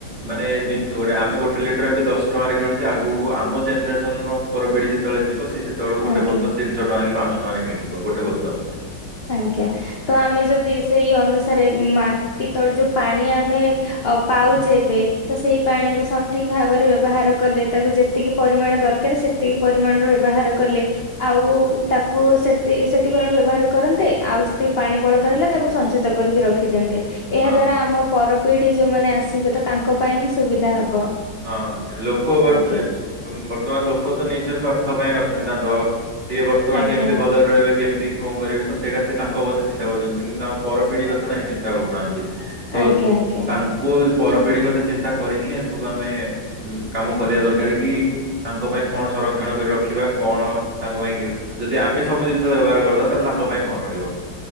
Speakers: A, on the right (about 40°); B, on the left (about 60°).
A: ମାନେ ଜିନିଷ ଗୋଟେ ଆମେ ଗୋଟେ ଲିଟର ଏବେ ଦଶ ଟଙ୍କାରେ କିଣୁଛେ ଆଗକୁ ଆମ ଜେନେରେସନର ଉପର ପିଢି ଯେ ଯେତେବେଳେ ଯିବ ସିଏ ସେତବେଳୁ ଗୋଟେ
B: ଆଜ୍ଞା।
A: ବୋତଲ ତିିନିଶହ ଟଙ୍କା କି ପାଁଶହ ଟଙ୍କାରେ କିଣିଥିବ ଗୋଟେ ବୋତଲ।
B: ଆଜ୍ଞା ତ ଆମେ ଯଦି ସେଇ ଅନୁସାରେ ମାଟି ତଳ ଯୋଉ ପାଣି ଆମେ ଅ ପାଉଛେ ଏବେ ତ ସେଇ ପାଣିକୁୁ ସଠିକ୍ ଭାବରେ ବ୍ୟବହାର କଲେ ତାକୁ ଯେ ଯେତିକି ପରିମାଣ ଦରକାର ସେତିକି ପରିମାଣ ବ୍ୟବହାର କଲେ ଆଉ ତାକୁ ସେତି ସେତିକି ପରିମାଣ ବ୍ୟବହାର କରନ୍ତେ ଆଉ ଯେତିକି ପାଣି ବଳକା ରହିଲା ତାକୁ ସଞ୍ଚିତ କରିକି ରଖିଦିଅନ୍ତେ ଏହା
A: ହଁ
B: ଦ୍ଵାରା ଆମ ପରପିଢି ଯୋଉମାନେ ଆସିବେ ତ ତାଙ୍କ ପାଇଁ ହିଁ ସୁବିଧା ହବ।
A: ହଁ ଲୋକ ବର୍ତ୍ତ
B: ଆଜ୍ଞା
A: ବର୍ତ୍ତମାନ ଲୋକ ତ ନିଜ ସ୍ୱାର୍ଥ ପାଇଁ ଅଛନ୍ତି ନା ତ ସିଏ ବର୍ତ୍ତମାନ
B: ଆଜ୍ଞା
A: କେମିତି ଭଲ ରହିବେ କେମିତି କଣ କରିବେ ତ ସେଇଟା ସେ ତାଙ୍କ କଥା ଚିନ୍ତା କରୁଛନ୍ତି କିନ୍ତ ତାଙ୍କ ପର ପିଢି କଥା କାଇଁ ଚିନ୍ତା କରୁନାହାନ୍ତି। ତ
B: ଆଜ୍ଞା ଆଜ୍ଞା
A: ତାଙ୍କୁ ପରପିଢି କଥା ଚିନ୍ତା କରିକି ହିଁ ସବୁ ଆମେ କାମ କରିବା ଦରକାର କି ତାଙ୍କ ପାଇଁ କଣ ସଂରକ୍ଷଣ କରି ରଖିବା କଣ ତାଙ୍କ ପାଇଁ କି ଯଦି ଆମେ ସବୁ ଜିନିଷ ବ୍ୟବହାର କରିଦବା ତାହେଲେ ତାଙ୍କ ପାଇଁ କଣ ରହିବ।